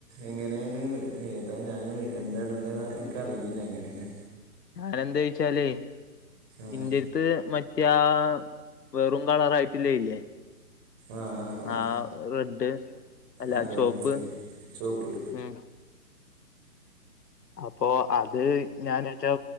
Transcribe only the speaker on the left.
ഞാന് എന്തേയ്ച്ചാലേ
ഇന്റെ ത്ത് മറ്റേ ആ വെറും കളറായിട്ടില്ലേ ഇല്ലേ
ആ റെഡ് അല്ല
ചോപ്പ്
ഉം അപ്പൊ അത് ഞാനെച്ചാ